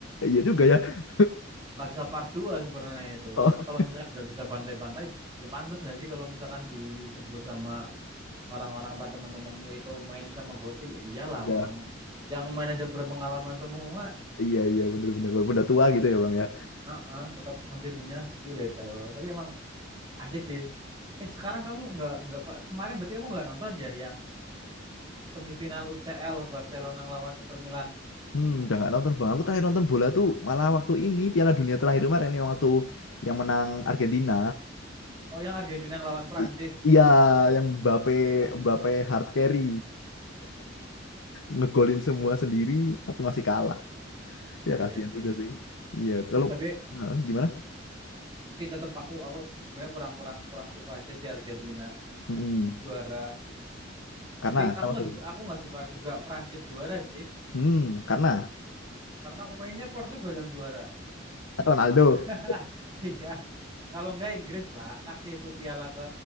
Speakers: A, on the left; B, on the right.
A: Iya juga ya. <laughs>
B: Barca part 2 sebenarnya itu.
A: Oh
B: Itu kalau misalkan nggak bisa pantai-pantai ya pantas nggak sih kalau misalkan disebut sama orang-orang apa teman-temanmu itu main sama bocil iyalah
A: iya,
B: orang yang manajer berpengalaman semua
A: iya iya bener-bener walaupun udah tua gitu ya bang ya.
B: Heeh, tetap masih punya skill itu. Tapi emang asik sih. Eh sekarang kamu nggak nggak Pak, kemarin berarti kamu nggak nonton ya yang semifinal UCL Barcelona ngelawan Inter Milan.
A: Hmm, udah nggak nonton bang. Aku terakhir nonton bola tuh malah waktu ini Piala Dunia terakhir kemarin yang waktu yang menang Argentina.
B: Oh yang Argentina ngelawan Prancis.
A: I- Iya, yang Mbappe
B: Iya Prancis
A: Mbappe
B: kan?
A: hard carry ngegolin semua sendiri tapi masih kalah.
B: Ah
A: Ya
B: iya
A: kasihan
B: sih.
A: juga sih. Iya, kalau
B: Eh, tapi
A: Hah, gimana?
B: tapi tetap aku aku sebenarnya kurang kurang kurang suka aja sih Argentina
A: Mm-mm.
B: juara.
A: Karena
B: Tapi aku
A: kenapa
B: nggak
A: tuh?
B: juga aku nggak suka juga Prancis juara sih.
A: Hmm, karena
B: Karena aku pengennya Portugal yang juara.
A: Ronaldo,
B: <laughs> Iya. Kalau nggak Inggris lah, kasih itu piala ke